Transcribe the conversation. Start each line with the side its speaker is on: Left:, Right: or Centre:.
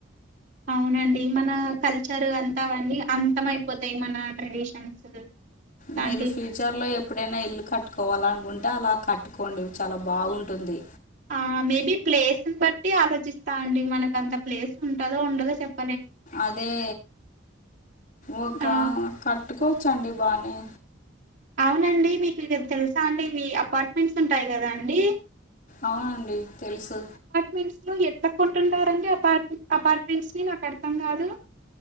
Right: అవునండి మన కల్చర్ అంతా అవన్నీ అంతం అయిపోతాయి మన ట్రెడిషన్స్ ఇట్లాంటి
Left: మీరు ఫి ఫ్యూచర్లో ఎప్పుడైనా ఇల్లు కట్టుకోవాలనుకుంటే అలా కట్టుకోండి చాలా బాగుంటుంది.
Right: ఆ మేబీ ప్లేస్ ని బట్టి ఆలోచిస్తా అండి మనకు అంత ప్లేస్ ఉంటదో ఉండదో చెప్
Left: అదే ఒక
Right: ఆ
Left: కట్టుకోవచ్చండి బానే
Right: అవునండి మీకు తెలుసా అండి మీ అపార్ట్మెంట్స్ ఉంటాయి కదా అండి
Left: అవునండి తెలుసు
Right: మెంట్ లో ఎట్లా కొంటుంటారడి అపార్ అపార్ట్మెంట్స్ ని నాకు అర్థం కాదు